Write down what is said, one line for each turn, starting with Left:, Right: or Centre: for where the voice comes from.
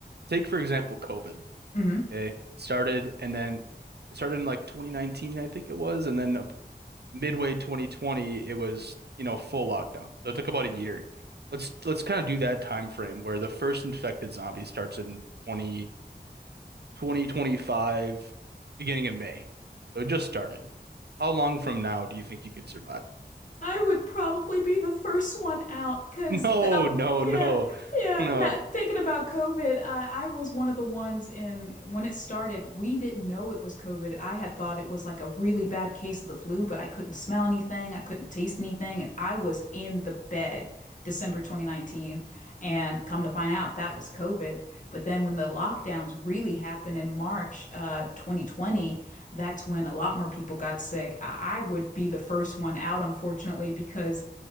Right: take for example, COVID.
Left: Mm-hmm.
Right: Okay. Started and then it started in like 2019, I think it was, and then ab- midway 2020, it was, you know, full lockdown. So it took about a year. Let's let's kind of do that time frame where the first infected zombie starts in twenty twenty twenty five, beginning of May. So it just started. How long from now do you think you could survive?
Left: I would probably be the first one out because,
Right: <laughs> No,
Left: uh,
Right: no,
Left: yeah,
Right: no,
Left: yeah.
Right: no.
Left: Not thinking about COVID, I, I was one of the ones in when it started. We didn't know it was COVID. I had thought it was like a really bad case of the flu, but I couldn't smell anything, I couldn't taste anything, and I was in the bed December 2019. And come to find out, that was COVID. But then when the lockdowns really happened in March uh, 2020, that's when a lot more people got sick. I, I would be the first one out, unfortunately, because